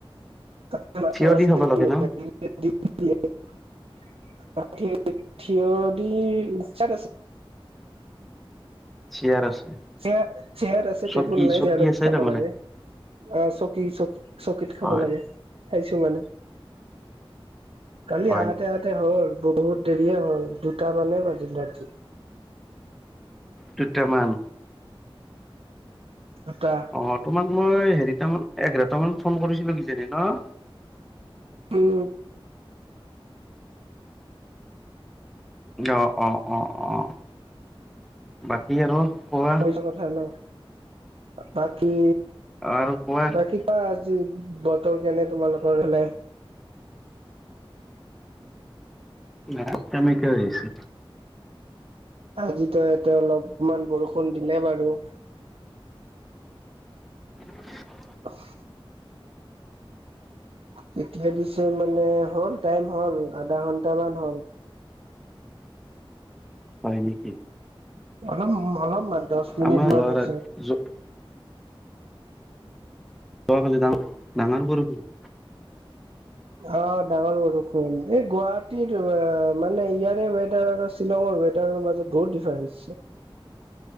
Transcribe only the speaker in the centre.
থিয়
দি খাব লাগে ন
চিয়াৰ আছে।
চকী
চকী
আছে
তাৰমানে
হয়
হয়
দুটামান?
অ' তোমাক মই হেৰিটামান এঘাৰটামান ফোন কৰিছিলোঁ কিজানি ন'?
অ' অ' অ' অ', বাকী আৰু কোৱা।
আৰু কোৱা
নাই সেমেকা হৈ আছে।
<inaudible>
হয়, নেকি?
আমাৰ
<unintelligible> যোৱাকালি ডাঙ-ডাঙৰ বৰষূণ।